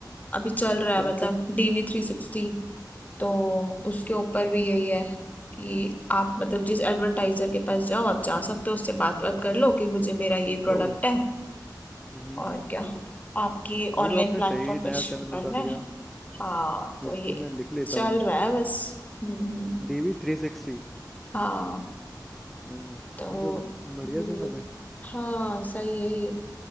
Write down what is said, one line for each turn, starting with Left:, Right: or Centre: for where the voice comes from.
Left: अभी चल रहा
Centre: कौन
Left: है मतलब
Centre: सा
Left: डीवी थ्री सिक्सटी तो उसके ऊपर भी यही है कि आप मतलब जिस एडवर्टाइजर के पास जाओ आप जा सकते हो उससे बात बात कर लो कि मुझे मेरा ये प्रोडक्ट
Centre: ओ
Left: है
Centre: हम्म
Left: और क्या आपकी ऑनलाइन
Centre: ये तो आपने
Left: प्लेटफॉर्म
Centre: सही
Left: पे
Centre: नया
Left: शुरू
Centre: चैनल
Left: करना
Centre: बता
Left: है
Centre: दिया
Left: हाँ तो
Centre: इसको
Left: ये
Centre: मैं लिख लेता
Left: चल
Centre: हूँ
Left: रहा है बस हम्म हम्म,
Centre: डीवी थ्री सिक्सटी
Left: हाँ
Centre: ओह
Left: तो
Centre: मतलब बढ़िया
Left: ये
Centre: चैनल है
Left: हाँ सही है ये